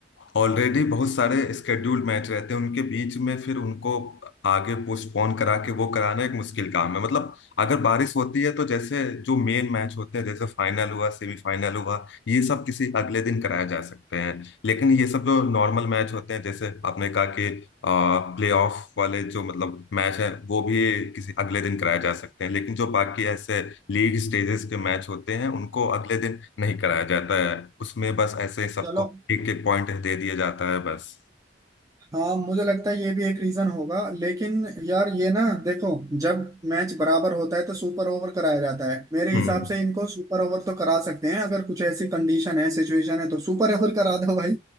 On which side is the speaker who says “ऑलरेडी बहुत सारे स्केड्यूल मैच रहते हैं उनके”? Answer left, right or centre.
Left